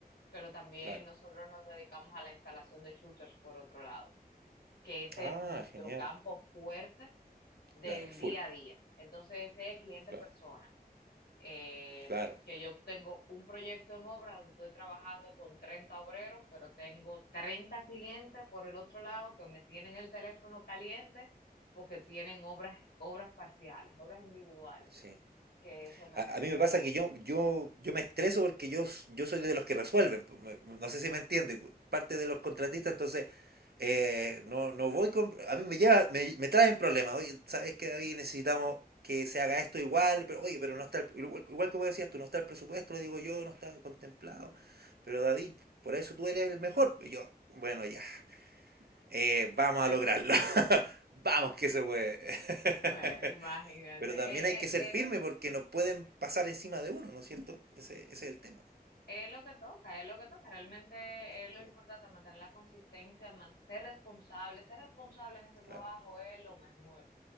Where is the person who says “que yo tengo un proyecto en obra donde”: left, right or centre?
Left